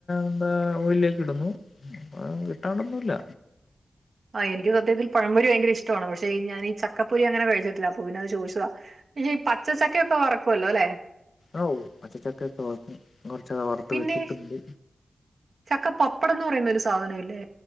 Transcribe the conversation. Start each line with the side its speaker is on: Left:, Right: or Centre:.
Left: എന്താ ഓഴിലേക്ക് ഇടുന്നു കിട്ടാണ്ടൊന്നുമില്ല.
Right: ആഹ് എനിക്ക് സത്യത്തിൽ പഴം പൊരി ഭയങ്കര ഇഷ്ടമാണ്. പക്ഷെ ഞാന ഈ ചക്കപ്പൊരി അങ്ങനെ കഴിച്ചിട്ടില്ല അപ്പോ പിന്നത് ചോദിച്ച <unintelligible> ഈ പച്ചചക്കൊക്കെ വറക്കുഎല്ലോ ലേ
Left: അഹു പച്ചച്ചക്ക ഒക്കെ വർക്കും കുറച്ചക്കെ വറ്ത്ത്
Right: പിന്നെ
Left: വെച്ചിട്ടുണ്ട്.
Right: ചക്ക പപ്പടം എന്ന് പറയുന്നൊരു സാധനം ഇല്ലേ.